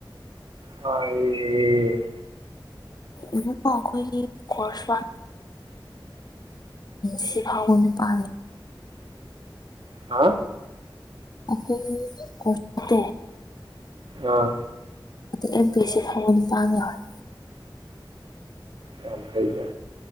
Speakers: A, on the right; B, on the left.
A: ꯇꯥꯏꯌꯦ
B: ꯏꯈꯣꯏꯒꯤꯁꯋꯥ ꯁꯤ ꯐꯒꯅꯦ ꯄꯥ
A: ꯍꯥ
B: ꯑꯩꯈꯣꯏ ꯀꯁ
A: ꯑꯥ
B: ꯑꯗ ꯑꯦꯝ ꯄꯁꯦ ꯐꯪꯝ ꯇꯥꯡꯉꯣꯏ
A: ꯌꯥꯝ ꯐꯩꯅꯦ